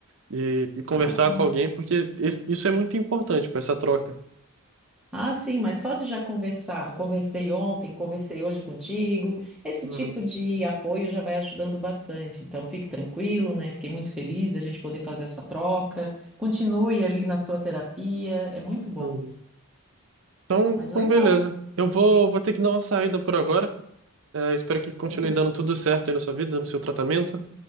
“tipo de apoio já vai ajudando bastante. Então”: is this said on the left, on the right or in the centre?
Centre